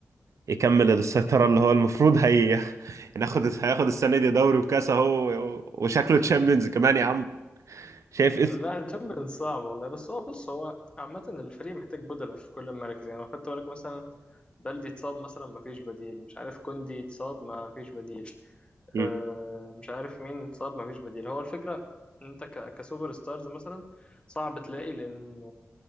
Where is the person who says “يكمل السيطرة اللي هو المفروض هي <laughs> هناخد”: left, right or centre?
Right